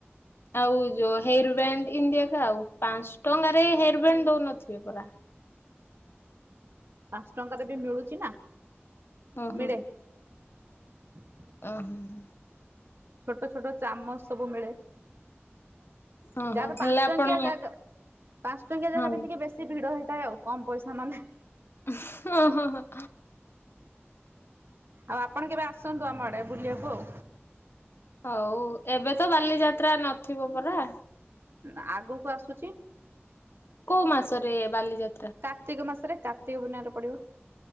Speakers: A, on the left (about 60°); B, on the right (about 60°).
A: ଆଉ ଯୋଉ ହେୟର ବ୍ୟାଣ୍ଡ, ଏମତି ଏକା ଏକା ଆଉ। ପାଞ୍ଚଟଙ୍କାରେ ହେୟାର ବେଣ୍ଡ ଦଉନଥିବେ ପରା?
B: ପାଞ୍ଚଟଙ୍କାରେ ବି ମିଳୁଚି ନା।
A: ଓହୋ।
B: ମିଳେ। <inaudible>
A: ଓହୋ ହୋ।
B: ଛୋଟ ଛୋଟ ଚାମଚ ସବୁ ମିଳେ।
A: ଓହୋ
B: ଯାହାର
A: ହେଲେ
B: ପାଞ୍ଚଟଙ୍କିଆ
A: ଆପଣ
B: ଜାଗା, ପାଞ୍ଚଟଙ୍କିଆ
A: ହଁ
B: ଜାଗାରେ ଟିକେ ବେଶୀ ଭିଡ ହେଇ ଥାଏ ଆଉ। କମ ପଇସା ମାନେ
A: ଉଁହୁଁ, ଓହୋ ହୋ।
B: ଆଉ ଆପଣ କେବେ ଆସନ୍ତୁ ଆମ ଆଡେ ବୁଲିଆକୁ ଆଉ।
A: ହଉ, ଏବେ ତ ବାଲିଯାତ୍ରା ନଥିବ ପରା।
B: ତ ଆଗକୁ ଆସୁଚି।
A: କୋଉ ମାସରେ ବାଲିଯାତ୍
B: କାର୍ତ୍ତିକ ମାସରେ, କାର୍ତ୍ତିକ ପୂର୍ଣ୍ଣିମାରେ ପଡିବ।